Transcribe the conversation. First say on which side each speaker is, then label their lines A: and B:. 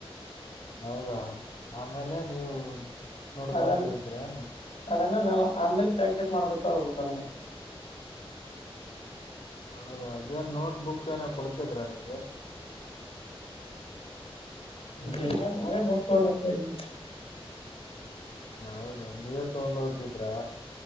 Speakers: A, on the left (about 70°); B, on the left (about 90°).
A: ಹೌದಾ ಆಮೇಲೆ ನೀವು ನೋಡ್ಕತಿದ್ರೇನ
B: ಅದನ್ ಅದನ್ನ ನಾವು ಆಮೇಲೆ ಪ್ರಾಕ್ಟೀಸ್ ಮಾಡ್ಕೊತ್ತಾ ಹೋಗ್ಬೇಕ ಅದನ್ನ್
A: ಹೌದಾ ಅದೇನ್ ನೋಟ್ ಬುಕ್ ಏನ ಕೊಡ್ತಿದ್ರಾ ನಿಮ್ಗೆ. <inaudible> ಹ್ಮ್,
B: ಎಲ್ಲ ನಾವೇ ನೋಡ್ಕೋಬೇಕು ಇಲ್ಲಿ.
A: ಹೌದನ ನೀವೇ ತಗೊಂಡ ಓತಿದ್ರಾ.